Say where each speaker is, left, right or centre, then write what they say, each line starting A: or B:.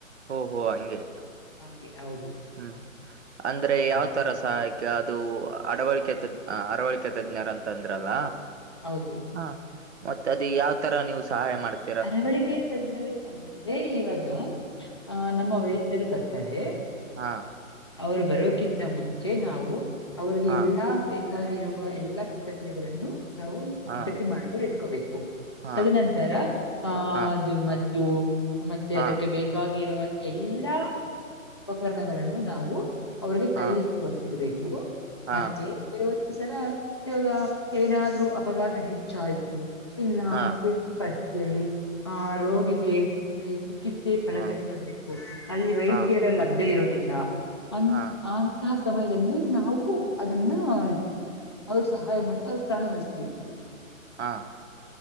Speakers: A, on the right; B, on the left.
A: ಓಹ ಒಹ ಹಂಗೆ.
B: ಹಂಗೆ ಹೌದು.
A: ಹ್ಮ್ ಅಂದ್ರೆ
B: ಹಾ
A: ಯಾವ್ ತರ ಸಹಾಯ ಅದು ಅಡವಳಿಕೆ ತಜ್ಞ ಅರವಳಿಕೆ ತಜ್ಞರ ಅಂತ ಅಂದ್ರಲ್ಲ
B: ಹೌದು.
A: ಹಾ ಮತ್ತೆ ಅದ ಯಾವ್ ತರ ನೀವು ಸಹಾಯ ಮಾಡ್ತ
B: ಅರವಳಿಕೆ ತಜ್ಞರು ಅಂದ್ರೆ ಇವಾಗ ಹಾ ನಮ್ಮ ವೈದ್ಯರು ಬರ್ತಾರೆ.
A: ಹಾ.
B: ಅವರು ಬರೋಕ್ಕಿಂತ ಮುಂಚೆ ನಾವು ಅವ್ರಿಗೆ
A: ಹಾ
B: ಎಲ್ಲಾ ಬೆ ಈವಾಗ್ ಇರುವ ಎಲ್ಲಾ ಸಿದ್ಧತೆಗಳನ್ನು ನಾವು
A: ಹಾ
B: ಸಿದ್ಧತೆ ಮಾಡ್ಕೊಂಡು ಇಟ್ಕೋಬೇಕು
A: ಹಾ
B: ತದನಂತರ ಆಹ
A: ಹಾ
B: ಮದ್ದು ಮತ್ತೆ
A: ಹಾ
B: ಅದಕ್ಕೆ ಬೇಕ ಇವಾಗ ಇರುವ ಎಲ್ಲಾ ಉಪಕರಣಗಳನ್ನು ನಾವು. ಅವ್ರಿಗೆ
A: ಹಾ
B: ಕೈಗೆ ಸಿಗುವಂತ ಇಡ್ಬೇಕು.
A: ಹಾ
B: ಮತ್ತೆ ಕೆಲವಂದ ಸಲ ಇವಾಗ ಏನಾದ್ರೂ ಅಪಘಾತ ಹೆಚ್ಚಾಯ್ತು ಇಲ್ಲ
A: ಹಾ
B: ತುರ್ತು ಪರಿಸ್ಥಿತಿಯಲ್ಲಿ. ಹಾ ರೋಗಿಗೆ ಬೇಕ ಚಿಕಿತ್ಸೆ ಫಲಕರಿ
A: ಹಾ
B: ಮಾಡಬೇಕು ಅಲ್ಲಿ ವೈದ್ಯರ
A: ಹಾ
B: ಲಭ್ಯ ಇರೋದಿಲ್ಲ ಅನ್ನ
A: ಹಾ
B: ಆಮ್ ಆ ಸಮಯದಲ್ಲಿ ನಾವು ಅದನ್ನ <inaudible> ಅವ್ರಗ್ ಸಹಾಯ ಮಾಡಿ ಅವ್ರ ಪ್ರಾಣ ಉಳಿಸಬೇಕು.
A: ಹಾ